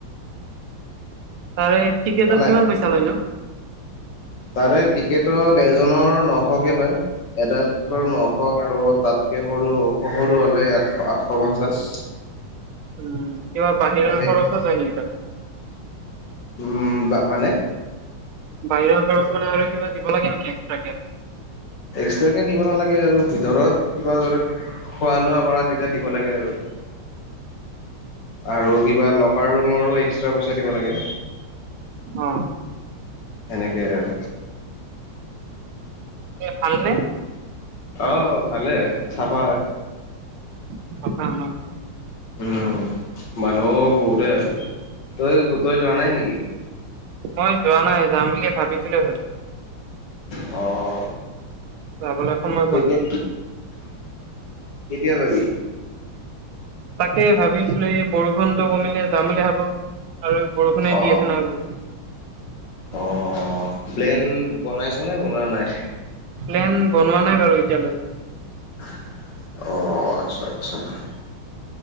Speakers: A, on the right; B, on the left.
A: তাৰে টিকেটত
B: নাই
A: কিমান পইচা লৈনো?
B: তাৰে টিকেটত এজনৰ নশকে লয় এডালটৰ
A: অ
B: নশ আৰু তাত- এ সৰু, সৰু হ'লে, আঠশ-আঠশ পঞ্চাশ।
A: উম, কিবা বাহিৰা
B: আৰু
A: খৰচ ওঁ জাই নেকি তাত?।
B: উম, বা মানে?
A: বাহিৰা খৰচ মানে আৰু কিবা দিব লাগে নেকি এক্সট্ৰাকে?
B: এক্সট্ৰাকে দিব নালাগে আৰু ভিতৰত কিবা খোৱা লোৱা কৰা তেতিয়া দিব লাগে আৰু। আৰু কিবা লকাৰ ৰুমৰো এক্সট্ৰা পইচা দিব লাগে।
A: অ।
B: সেনেকে আৰু।
A: ভালনে?
B: অঁ', ভালে, চাফা হয়।
A: <unintelligible>
B: উম, মানুহ বহুতে হয়, তই বোধবাই যোৱা নাই নেকি?
A: মই যোৱা নাই, যাম বুলি ভাবিছিলো হে।
B: অঁ।
A: যাবলৈ সময়ত-
B: কেতিয়া, কেতিয়া যাবি?
A: তাকে ভাবিছিলো, এই বৰষুণটো কমিলে যাম বুলি ভাবো- আৰু বৰষুণে
B: অ'
A: দি আছে নহয় বহুত।
B: অ', প্লেন বনাইছনে, বনোৱা নাই?
A: প্লেন, বনোৱা নাই বাৰু এতিয়ালৈ।
B: অ', আতচ্ছা-আতচ্ছা।